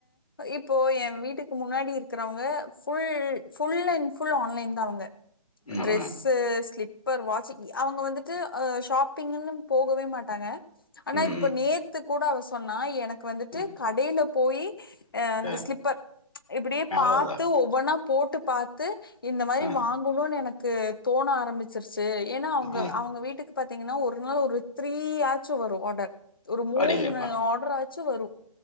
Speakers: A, on the left (about 40°); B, on the left (about 80°).
A: இப் இப்போ என் வீட்டுக்கு முன்னாடி இருக்கிறவங்க full and full and full online தான் அவங்க
B: ம்,
A: ட்ரெஸ்
B: அ.
A: ஸ்லிப்பர் வாட்ச அவங்க வந்துட்டு த்து ஷாப்பிஙன்னு போகவே மாட்டாங்க ஆனா
B: ம்,
A: இப்ப நேத்து கூட அவ சொன்னா எனக்கு வந்துட்டு
B: ம்.
A: கடில போய் ஆ அந்து
B: அ
A: இப்படியே
B: அதான்
A: பார்த்து
B: அதான்.
A: ஒவ்வொன்ன போட்டு பாத்து இந்த மாதரி
B: அ,
A: வாங்கணும்னு எனக்கு க்கு தோண ஆரம்பிச்சிருச் சு ஏன்னா அவங்க
B: அ.
A: அவங்க வீட்டுக்கு பாத்தீங்கன்னா ஒரு நாள் ஒரு த்ரீ ஆச்சு வரும் ஆர்டர்ட் ஒரு மூணு
B: அடேங்கப்பா!
A: ஆர்டர் ஆச் சு வரும்